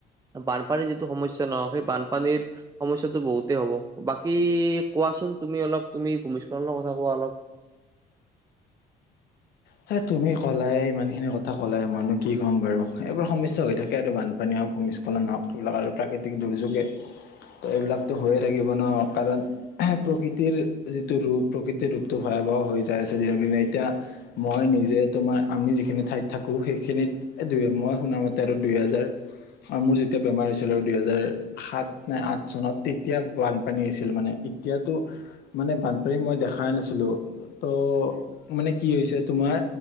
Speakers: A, on the right; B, on the left.
A: বানপানীৰ যিটো সমস্যা ন' সেই বানপানীৰ সমস্যা টো বহুতেই হ'ব বাকী কোৱাচোন তুমি অলপ তুমি ভূমিস্খলনৰ কথা কোৱা অলপ? <inaudible>
B: তে তুমি ক'লাই ইমান খিনি কথা কলাই মই নোঁ কি ক'ম বাৰু এইবোৰ সমস্যা হৈ থাকে আৰু বান পানী হওক ভূমস্খলন হওক সেইবিলাক আৰু প্ৰাকৃতিক দুৰ্যোগে। ত'এইবিলাকতো হৈয়ে থাকিব ন' কাৰণ <unintelligible> প্ৰকৃতিৰ যিটো ৰূপ প্ৰকৃতিৰ ৰূপটো ভয়াৱহ হৈ যায় আছে দিনক দিনে এতিয়া মই নিজে তোমাৰ আমি যিখিনি ঠাইত থাকো সেইখিনিত এ দুয়ে মই শুনামতে আৰু দুই হেজাৰ আৰু মোৰ যেতিয়া বেমাৰ হৈছিল আৰু দুই হেজাৰ সাত নে আঠ চনত তেতিয়া বানপানী হৈছিল মানে এতিয়াতো মানে বানপানী মই দেখাই নাছিলো ত' মানে কি হৈছে তোমাৰ